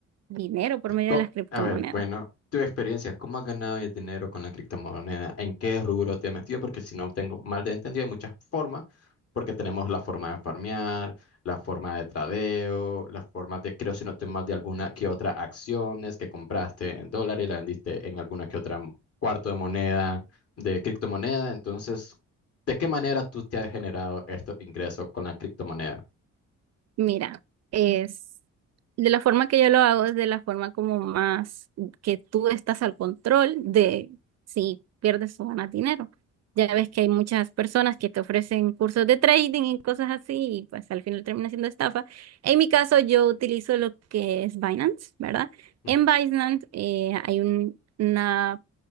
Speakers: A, on the right (about 60°); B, on the left (about 50°).
A: dinero por medio
B: Co-
A: de las criptomonedas.
B: A ver, bueno, tu experiencia, ¿cómo has ganado el dinero con la criptomoneda? ¿En qué rubro te has metido? Porque si no tengo mal de entendido, hay muchas formas, porque tenemos la forma de farmear, la forma de tradeo, la forma de, creo si no estoy mal, de alguna que otra acciones que compraste en dólar y la vendiste en alguna que otra cuarto de moneda, de criptomoneda. Entonces, ¿de qué manera tú te has generado estos ingresos con la criptomoneda?
A: Mira, es de la forma que yo lo hago, es de la forma como más que tú estás al control de si pierdes o ganas dinero. Ya ves que hay muchas personas que te ofrecen cursos de trading y cosas así, y pues al final termina siendo estafa. En mi caso, yo utilizo lo que es Binance, ¿verdad?
B: Ujú.
A: En Binance eh, hay un- una